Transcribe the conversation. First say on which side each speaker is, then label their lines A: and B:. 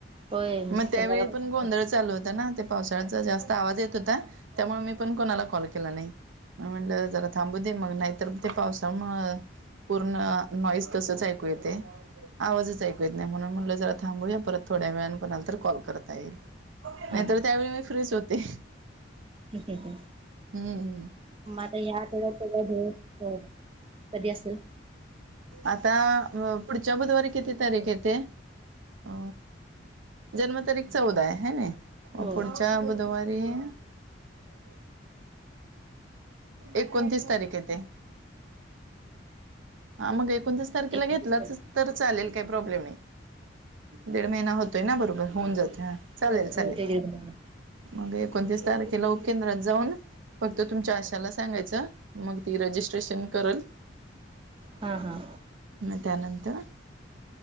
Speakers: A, on the right; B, on the right.
A: होय
B: मग
A: संध्याकाळपासून
B: त्यावेळी पण गोंधळ
A: हेच
B: चालू होता ना ते पावसाळ्याचा जास्त. आवाज येत होता त्यामुळ मी पण कोणाला कॉल केला नाही. मग म्हणलं जरा थांबू दे मग नाहीतर ते पावसा मुळ. पूर्ण नॉईज तसच ऐकू येतंय. आवाजच ऐक येत नाही म्हणून म्हटलं जरा थांबूया परत थोड्या वेळने कोणाल तर कॉल करता येईल.
A: हां
B: नाही तर त्यावेळी मी फ्री च होते.
A: हम् हम हं.
B: हम्म
A: मग आता ह्या आठवड्यात तला भ कधी असेल.
B: आता पुढच्या बुधवारी किती तारीख येते अ. जन्मतारीख चौदा आहे ह ना म
A: हो
B: पुढच्या बुधवारी. दिस. एकोणतीस तारीखे येत. हा मग एकोणतीस तारखेला
A: एकोणतीस
B: घेतलाच
A: तारीख
B: तर चालेल काही प्रॉब्लेम नाही. दीड महिना होतोय ना बरोबर होऊन जातो हा चालेल
A: होय
B: चालेल.
A: होते दीड महिना
B: मग एकोणतीस तारखेला उपकेंद्रात जाऊन. फक्त तुमच्या आशाला सांगायचं मग ती रजिस्ट्रेशन करल.
A: हा हा.
B: म त्यानंतर